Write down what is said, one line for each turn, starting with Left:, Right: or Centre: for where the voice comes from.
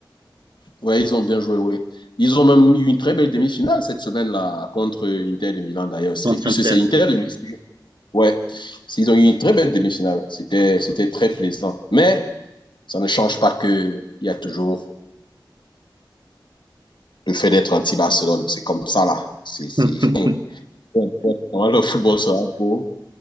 Left: Ouais, ils ont bien joué, oui. Ils ont même eu une très belle demi-finale cette semaine-là contre Inter de Milan d'ailleurs. C'est-
Right: contre
Left: Et puis
Right: Inter.
Left: c'est c'est Inter de Milan. Ouais, ils ont eu une très belle demi-finale. C'était c'était très plaisant. Mais ça ne change pas que il y a toujours le fait d'être anti-Barcelone. C'est comme ça là. C'est c'est
Right: <laughs>
Left: <laughs> quand le football sera beau,